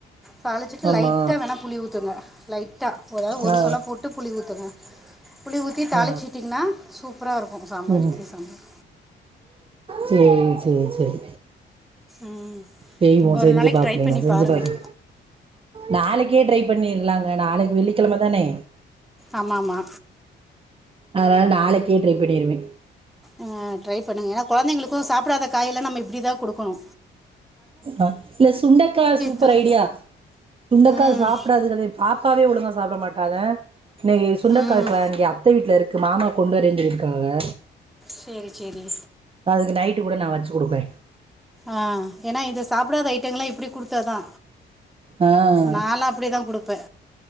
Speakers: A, in the centre; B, on the right.
A: தாளிச்சிட்டு
B: ஆமா
A: லைட்டா வேணா புளி ஊத்துங்க லைட்டா அதாவது ஒரு
B: ஆ
A: சொலப் போட்டு புளி ஊத்துங்க புளி ஊத்தி தாளிச்சிட்டிங்ன்னா
B: ஆ ஆ
A: சூப்பரா இருக்கோ சாம்பார்
B: ம்
A: இட்லி சாம்பார்
B: சேரி சேர் சேரி
A: ம்
B: செய்வோ
A: ஒரு
B: செஞ்சு
A: நாளைக்கு
B: பாக்குறே
A: ட்ரை பண்ணி
B: நா செஞ்சு
A: பாருங்கள்
B: பாத்து நாளைக்கே ட்ரை பண்ணிர்லாங்க நாளைக்கு வெள்ளிக்கெழம தானே
A: ஆமா ஆமா
B: அதனால நாளைக்கே ட்ரை பண்ணிருவே
A: அ ட்ரை பண்ணுங்க ஏனா கொழந்திங்ளுக்கோ சாப்டாத காயெல்லா நம்ம இப்டிதா குடுக்கணு
B: அ இல்ல சுண்டக்கா சூப்பர்
A: த-
B: ஐடியா சுண்டக்கா
A: ம்
B: சாப்டாதுகளே பாப்பாவே ஒழுங்கா சாப்ட மாட்டாக இன்னைக்கி சுண்டக்கா
A: ம்
B: இப்ப இங்க அத்த வீட்ல இருக்கு மாமா கொண்டு வரேன் சொல்லியிருக்காக
A: சேரி சேரி
B: அதுக்கு நைட்டு கூட நா வச்சு குடுப்பே
A: அ ஏனா இது சாப்டாத ஐட்டங்கல்லா இப்டி குடுத்தாதா
B: ஆ
A: நாலா அப்டிதா குடுப்பே